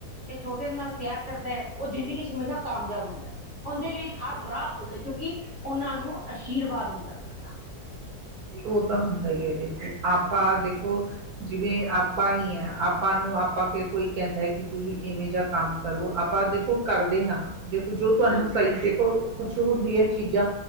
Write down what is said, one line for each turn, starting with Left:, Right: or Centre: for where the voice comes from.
Left: ਤੇ ਛੋਟਿਆਂ ਨਾਲ ਪਿਆਰ ਕਰਦਾ, ਉਹ ਜ਼ਿੰਦਗੀ ਚ ਹਮੇਸ਼ਾ ਕਾਮਯਾਬ ਹੁੰਦਾ, ਉਂਹਦੇਂ ਲਈ ਹਰ ਰਾਹ ਖੁੱਲਦੇ, ਕਿਉਂਕਿ ਉਹਨਾਂ ਨੂੰ ਆਸ਼ੀਰਵਾਦ ਹੁੰਦਾ ਉਹਨਾਂ ਦਾ।
Right: ਉਹ ਤਾਂ ਹੁੰਦਾ ਹੀ ਹੈ ਦੇਖੋ, ਆਪਾ
Left: ਜੀ
Right: ਦੇਖੋ, ਜਿਵੇਂ ਆਪਾਂ ਹੀ ਹਾਂ ਆਪ ਆਪਾਂ ਨੂੰ, ਆਪਾਂ ਕੋਈ ਕਹਿੰਦਾ ਕਿ, ਤੁਸੀਂ ਇਵੇਂ ਜਿਹਾ ਕੰਮ ਕਰੋ ਆਪਾਂ ਦੇਖੋ ਕਰਦੇ ਹਾਂ। ਦੇਖੋ, ਜੋ ਤੁਹਾਨੂੰ
Left: ਹਾਂਜੀ
Right: ਸਹੀ ਦੇਖੋ, ਕੁਛ ਹੁੰਦੀ ਏ ਚੀਜ਼ਾਂ